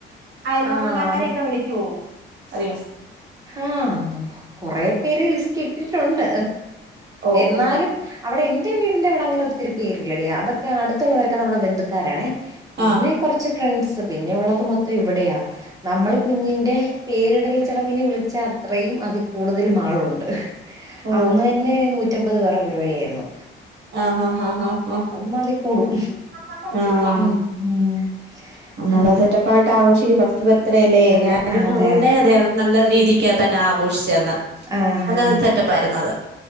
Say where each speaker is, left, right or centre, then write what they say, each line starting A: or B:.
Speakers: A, on the right; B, on the right.
A: അയൽവക്കം
B: ആഹ്
A: കാരെക്ക വിളിക്കുവോ അറിയോ
B: ആഹ് കൊറെ പേരെ ലിസ്റ്റ് ഇട്ടിട്ടൊണ്ട്
A: ഓഹ്
B: എന്നാലും
A: ഓഹ്
B: അവട എന്റ വീടിന്റ അവ്ടങ്ങന ഒത്തിരി പേരില്ലടി അതെക്ക അട്ത്തൊള്ളവരൊക്ക നമ്മട ബന്ധുക്കാരാണേ പിന്നെ
A: ആഹ്
B: കൊറച്ച് ഫ്രണ്ട്സ് പിന്നെ ഒള്ളത് മൊത്തം ഇവ്ടെയാ നമ്മൾ കുഞ്ഞിന്റെ പേരിടൽ ചടങ്ങിന് വിളിച്ചാ അത്രയും അതി കൂടുതലും ആളുണ്ട്
A: ഓ
B: ഇന്ന് തന്നെ നൂറ്റമ്പത് പേരുടെ പരിപാടിയായിരുന്നു
A: ആഹ് ഹാഹ് ആഹ്
B: അപ്പം അതി കൂടും
A: ആഹ് ആഹ്
B: ഉം ഉം
A: നല്ല
B: ആ
A: സെറ്റപ്പ് ആയിട്ട് ആഘോഷിക്ക് ഫസ്റ്റ് ബർത്ത് ഡേ അല്ലേ
B: അതെ
A: ഞാനും
B: അതെ
A: അവളുടെ അതെ അത് നല്ല രീതിക്ക് തന്നെ ആഘോഷിച്ചന്ന്
B: ആ
A: നല്ല
B: ആ
A: സെറ്റപ്പായിരുന്നു അത്